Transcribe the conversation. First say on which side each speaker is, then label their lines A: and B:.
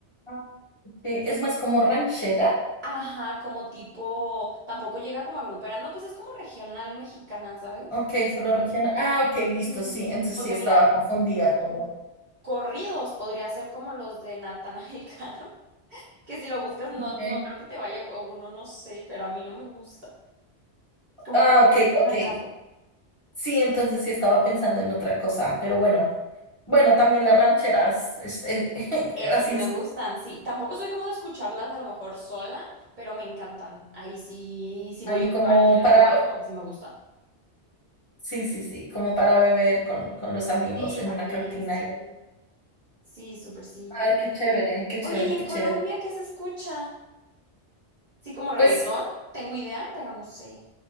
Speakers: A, on the left; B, on the right.
A: ah, ok, es más como ranchera,
B: Ajá, como tipo, tampoco llega como a grupera, no, pues es como regional mexicana, ¿sabes?
A: ok, solo regional, ah, ok, listo,
B: Sí.
A: sí, entonces
B: Porque
A: sí estaba
B: mira,
A: confundida con lo, <laughs>
B: corridos podría ser como los de Natanael Cano, <laughs> que si lo buscas no,
A: ok,
B: no creo que te vaya, o no, no sé, pero a mí no me gusta. Como
A: ah,
B: que no
A: ok, ok,
B: le agarro.
A: sí, entonces sí estaba pensando en otra cosa, pero bueno, bueno, también las rancheras, es- <laughs>
B: Esas
A: así,
B: sí me
A: es,
B: gustan, sí. Tampoco soy como de escucharlas a lo mejor sola, pero me encantan. Ahí sí, sí voy
A: hay
B: a un
A: como
B: lugar y tienen
A: para...
B: rancheras, como que sí me gusta.
A: Sí, sí, sí, como para beber con, con los amigos
B: Sí,
A: en
B: también,
A: una cantina.
B: sí.
A: Y...
B: Sí, súper sí.
A: Ay, qué chévere, qué chévere,
B: Oye, ¿y en
A: qué
B: Colombia
A: chévere.
B: qué se escucha? Sí, como reggaetón,
A: Pues
B: tengo idea, pero no sé.